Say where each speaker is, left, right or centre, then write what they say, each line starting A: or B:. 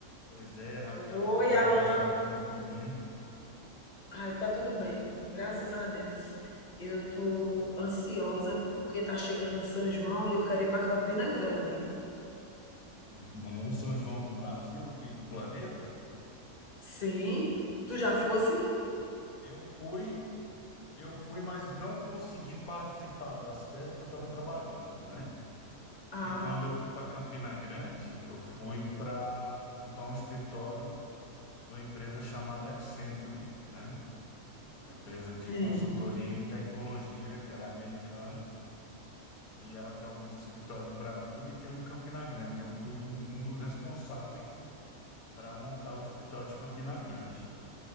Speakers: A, on the left; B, on the left.
A: Pois é, Raquel,
B: Oi,
A: como é
B: Alan.
A: que tá a sua vida e tudo bem?
B: Ai, tá tudo bem, graças a Deus. Eu
A: Graças
B: tô
A: a Deus.
B: ansiosa porque tá chegando o São João e eu quero ir para Campina Grande.
A: O maior São João do Brasil e do planeta.
B: Sim, tu já fosse?
A: Eu fui, eu fui, mas não consegui participar das festas porque eu estava trabalhando, né?
B: Ah,
A: Porque quando eu fui para Campina Grande, eu fui para montar um escritório de uma empresa chamada Accenture, né? Uma empresa de
B: sim,
A: consultoria em tecnologia, ela é americana e ela tem alguns escritórios no Brasil e tem um em Campina Grande. Eu fui do- um um dos responsáveis para montar o escritório de Campina Grande.